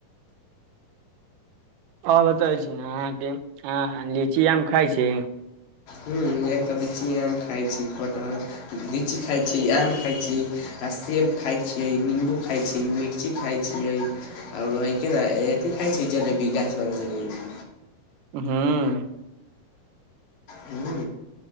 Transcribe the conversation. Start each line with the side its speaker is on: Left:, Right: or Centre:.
Right: और बताइ छी ने अहांके अहां लीची आम खाइ छी।
Left: हुं एहि त लिची आम खाइ छी कटहल लीची खाइ छी आम खाइ छी आ सेब खाइ छियै निम्बू खाइ छियै मिर्ची खाइ छियै और होइके ने एहठिन खाइ छी जलेबी, गाछवला जलेबी।
Right: हुं
Left: हुं